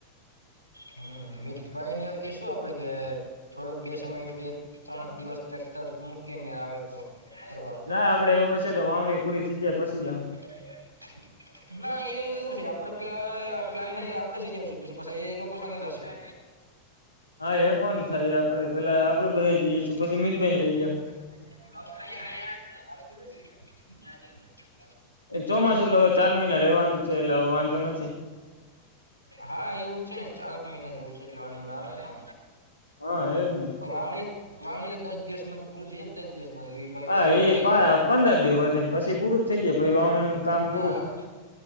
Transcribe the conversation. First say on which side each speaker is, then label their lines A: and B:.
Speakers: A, on the right (about 85°); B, on the left (about 85°).
A: હમ મિતભાઈ ને કશું આપડે કે થોડોક બે સમય. બે ત્રણ દિવસ ટ્રેક્ટર મૂકીને આવે તો ફરવા.
B: ના આપડ એવું હશે તો વાવણી પૂરી થઈ જાય. પછી
A: <inaudible>
B: જાહુ
A: ના એ એવું છે આપડે પેલા પ આપડે જઈ આવશું પછી પાછ એ લોકો સાથે થશું. એ.
B: હા એ પણ થાય આપડે પેલા આપડું બધા જઈશું પછી મીતભાઈ લઈ ગયા.
A: <inaudible> <unintelligible>
B: એ ચોમાસું તો હવે ચાર મહિના રહેવાનું જ છે એટલે હ વાંધો નથી.
A: હા એવું જ છે ને ચારક મહિના જેવું છે એટલે વાંધો ના આવે ને.
B: હા એજ ને
A: વાવણી વાવણી તો દસ દિવસમાં તો પૂરી થઈ જાય ને દસ દિવસ. બ ભાઈ
B: હા
A: નવરા
B: એ
A: થઈ
B: પા
A: જાય.
B: પંદર દિવસ વધ પછી પૂરું. થઈ જાય પછી વાવણીનું કામ
A: હા.
B: પૂરું